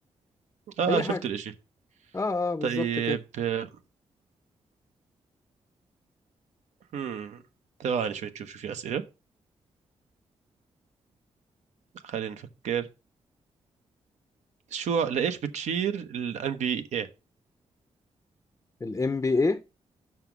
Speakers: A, on the right; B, on the left.
A: اه
B: أي
A: شفت
B: حاجة
A: الاشي
B: اه اه بالظبط
A: طيب
B: كده
A: آه، هم ثواني شوي نشوف شو في اسئله خلينا نفكر شو لايش بتشير الان بي اي
B: ال MBA